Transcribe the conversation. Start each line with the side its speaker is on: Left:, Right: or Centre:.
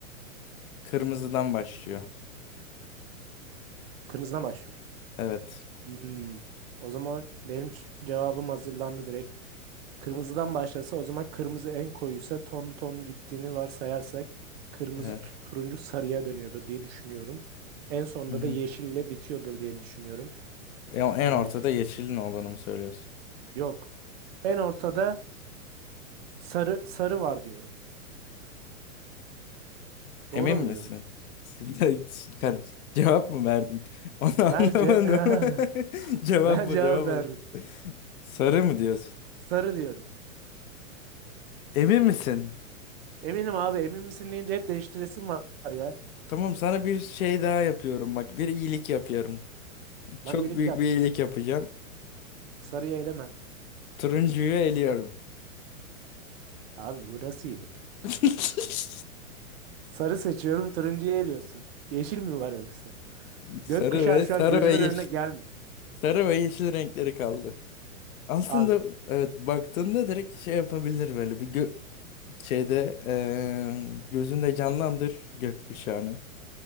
Left: kırmızıdan başlıyor.
Right: Kırmızıdan başlıyor.
Left: Evet.
Right: Hmm. O zaman benim ç- cevabım hazırlandı direkt. Kırmızıdan başlasa o zaman kırmızı en koyuysa ton ton gittiğini varsayarsak kırmızı
Left: Evet.
Right: tu- turuncu sarıya dönüyordur diye düşünüyorum. En sonda
Left: Hı hı.
Right: da yeşille bitiyordur diye düşünüyorum.
Left: Ya
Right: Ee,
Left: en ortada
Right: ş-
Left: yeşilin olduğunu mu söylüyorsun?
Right: yok. En ortada sarı sarı var diyorum.
Left: Emin
Right: Doğru mu
Left: misin?
Right: diyorum?
Left: Siz de- <laughs> siz- kar- Cevap mı verdin? <laughs> Onu anlamadım.
Right: Bence <laughs>
Left: <laughs> Cevap
Right: ben
Left: bu
Right: cevap
Left: cevap.
Right: verdim.
Left: al- Sarı mı diyorsun?
Right: Sarı diyorum.
Left: Emin misin?
Right: Eminim abi emin misin deyince hep değiştiresim var ya.
Left: Tamam sana bir şey daha yapıyorum bak bir iyilik yapıyorum. Çok
Right: Bana iyilik
Left: büyük
Right: yap.
Left: bir iyilik yapacağım.
Right: Sarıyı eleme.
Left: Turuncuyu eliyorum.
Right: Abi burası iyilik.
Left: <laughs>
Right: Sarı seçiyorum turuncuyu eliyorsun. Yeşil mi var yoksa?
Left: Sarı
Right: Gökkuşağı
Left: ve
Right: şu
Left: sarı
Right: an gözümün
Left: ve yeşil.
Right: önüne gelmiyor.
Left: Sarı ve yeşil renkleri kaldı. Aslında
Right: Abi
Left: evet baktığında direkt şey yapabilir böyle bir gö şeyde eee, gözünde canlandır gökkuşağını.